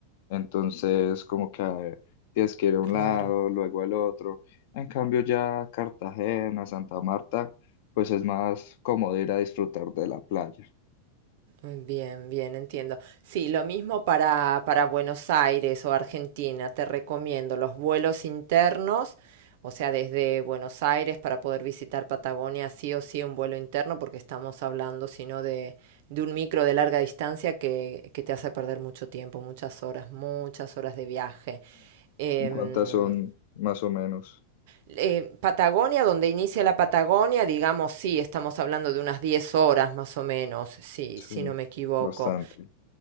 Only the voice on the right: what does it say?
claro.
Bien, bien, entiendo. Sí, lo mismo para, para Buenos Aires o Argentina. Te recomiendo los vuelos internos, o sea, desde Buenos Aires para poder visitar Patagonia, sí o sí un vuelo interno, porque estamos hablando, si no, de, de un micro de larga distancia que, que te hace perder mucho tiempo, muchas horas, muchas horas de viaje. Em,
eh, Patagonia, donde inicia la Patagonia, digamos, sí, estamos hablando de unas 10 horas más o menos, sí,
si no me equivoco.